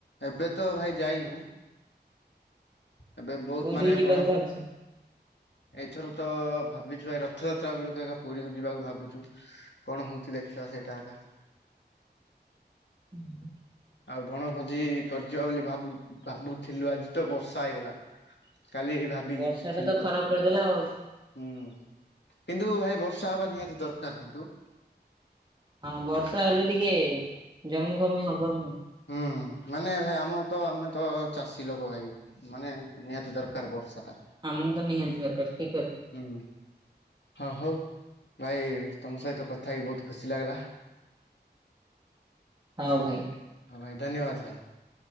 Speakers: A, on the left; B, on the right.
A: ଏବେ ତ ଭାଇ ଯାଇନୁ। ଏବେ ବହୁତ
B: କୋଉଠିକି
A: ମାନେ
B: ଯିବାକୁ
A: ପଢ଼ା
B: ଭାବୁଛନ୍ତି
A: ଏଇଥର ତ ଭାବିଛୁ ଭାଇ ରଥଯାତ୍ରା ବେଳକୁ ପୁରୀ କୁ ଯିବାକୁ ଭାବୁଛୁ କଣ ହଉଛି ଦେଖିବା ସେଇଟା ଏକା
B: ହୁଁ <unintelligible>
A: ଆଉ ବଣଭୋଜି କରିଯିବା ବୋଲି ଭାବୁ ଭାବୁଥିଲୁ ଆଜି ତ ବର୍ଷା ହେଇଗଲା। କାଲି ଭାବି
B: ବର୍ଷା
A: କି
B: ଟା
A: ଥିଲୁ
B: ତ ଖରାପ
A: ହୁଁ,
B: କରିଦେଲା ଆଉ।
A: କିନ୍ତୁ ଭାଇ ବର୍ଷା ହବା ନିହାତି ଦରକାର କିନ୍ତୁ
B: ଆଁ ବର୍ଷା ହେଲେ ଟିକେ ଜମି ଫମି ହବନି।
A: ହୁଁ ମାନେ ଭାଇ ଆମ ତ ଆମେ ତ ଚାଷୀ ଲୋକ ଭାଇ। ମାନେ ନିହାତି ଦରକାର ବର୍ଷା ଟା।
B: ଆମ କୁ ତ ନିହାତି ଦରକାର ଠିକ୍ କଥା।
A: ହୁଁ, ହଁ ହଉ ଭାଇ ତମ ସହିତ କଥା ହେଇକି ବହୁତ ଖୁସି ଲାଗିଲା।
B: ହଉ ଭାଇ।
A: ହଁ ଭାଇ ଧନ୍ୟବାଦ ଭାଇ।